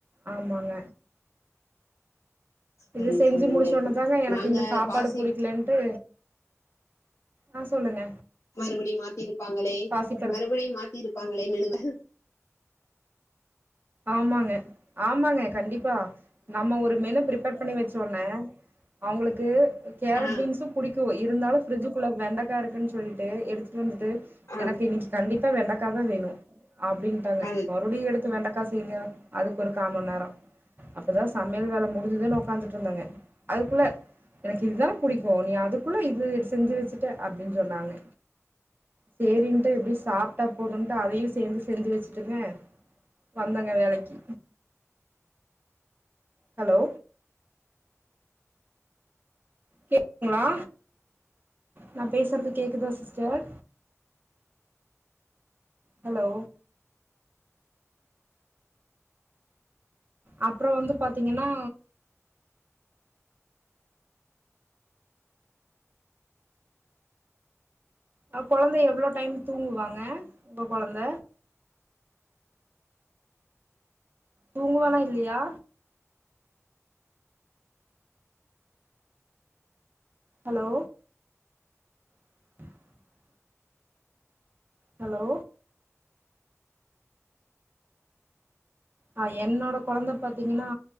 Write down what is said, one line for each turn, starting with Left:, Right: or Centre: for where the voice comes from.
Right: ஆமாங்க இது
Left: சரி
Right: செஞ்சு
Left: சரிங்க
Right: முடிச்சொன்னதாங்க எனக்கு
Left: நாங்க
Right: இந்த சாப்பாடு
Left: பாசி
Right: புடிக்கலன்ட்டு ஆ சொல்லுங்க
Left: மறுபடியும் மாத்திருப்பாங்களே
Right: பாசிப்பருப்பு
Left: மறுபடியும் மாத்தி இருப்பாங்களே மெனுவே
Right: ஆமாங்க ஆமாங்க கண்டிப்பா நம்ம ஒரு மெனு ப்ரிப்பேர் பண்ணி வெச்சோனே அவுங்ளுக்கு கேரட்
Left: ஆ
Right: பீன்ஸும் புடிக்கு இருந்தாலு ஃப்ரிட்ஜுக்குள்ள வெண்டக்கா இருக்குன் சொல்லிட்டு எடுத்துட்டு வந்துட்டு
Left: ஆ
Right: எனக்கு இன்னக்கி கண்டிப்பா வெண்டக்காதா வேணு அப்டின்ட்டாங்க
Left: அத
Right: மறுடியு எடுத்து வெண்டக் திங்க அதுக்கு ஒரு கா மண் நேரோ அப்பதா சமையல் வேல முடிஞ்சுதுன் ஒக்காந்துட்ருந்தேங்க அதுக்குள்ள எனக்கு இதுதாம் புடிக்கு நீ அதுக்குள்ள இதுடு செஞ்சு வெச்சுட்ட அப்டின் சொன்னாங்க சேரின்ட்டு எப்டி சாப்ட்டா போதுன்ட்டு அதையு சேர்ந்து செஞ்சு வெச்சுட்டுங்க வந்தங்க வேலக்கி ஹலோ கேக்குதுங்ளா நா பேசுறது கேக்குதா சிஸ்டர் ஹலோ அப்றோ வந்து பாத்தீங்கன்னா அ கொழந்த எவ்ளோ டைம் தூங்குவாங்க உங்க கொழந்த தூங்குவானா இல்லியா ஹலோ <inaudible> ஹலோ ஆ என்னோட கொழந்த பாத்திங்கன்னா